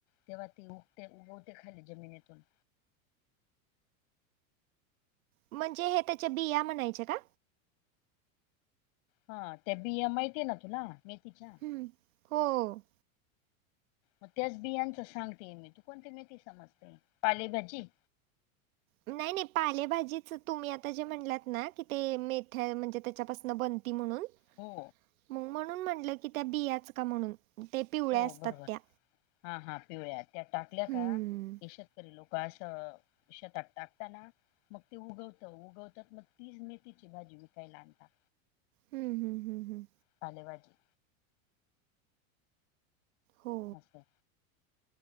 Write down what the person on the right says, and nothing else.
म्हणजे हे त्याच्या बिया म्हणायचे का?
हम् <inaudible> हो.
नाही नाही पालेभाजीचंच. तुम्ही आता जे म्हणलात ना, कि ते मेथ्या म्हणजे त्याच्यापासून बन ती म्हणून
मग म्हणून म्हणलं की, त्या बियाचं का म्हणून? ते पिवळ्या
असतात
त्या.
हम्म.
हम्म, हम्म, हम्म, हम्म.
हो